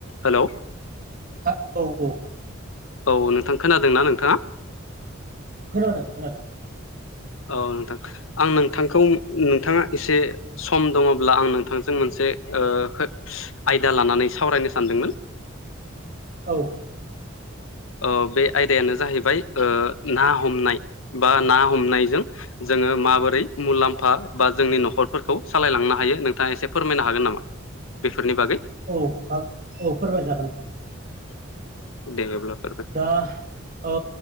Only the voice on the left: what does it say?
हेलौ
औ नोंथां खोनादोंना नोंथाङा?
औ नोंथां आं नोंथांखौ नोंथाङा एसे सम दङब्ला आं नोंथांजों मोनसे ओ खोथ-आयदा लानानै सावरायनो सानदोंमोन ।
ओ बे आयदायानो जाहैबाय ओ ना हमनाय बा ना हमनायजों जों जोङो माबोरै मुलाम्फा बा जोंनि न'खरफोरखौ सालायलांनो हायो नोंथाङा एसे फोरमायनो हागोन नामा बेफोरनि बागै ।
देभबब्लाप <unintelligible>